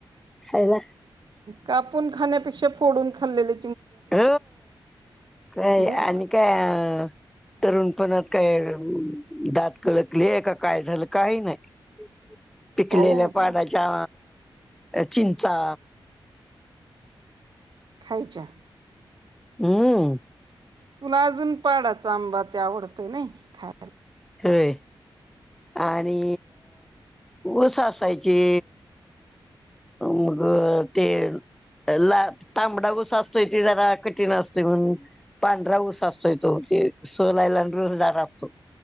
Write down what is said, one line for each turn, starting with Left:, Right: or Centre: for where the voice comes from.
Centre: खा हे ला
Right: कापून खाण्यापेक्षा फोडून खाल्लेले
Centre: ह का
Right: बरोबर
Centre: आणि काय अ तरुण पणत काय दात कळकलीय का काय झालं काही नाही. पिकलेल्या
Right: हो
Centre: पाडाच्या
Right: बरोबर
Centre: चिंचा
Right: खायच्या. <unintelligible>
Centre: हम्म.
Right: तुला अजून पाडाच आंबा ते आवडतय नाही खा
Centre: होय आणि ऊस असायची मग ते ला तांबडाऊस असतोय ते जरा कठीण असते म्हण पांढरा ऊस असतोय तो ते सोलायला रुजणारार असतो.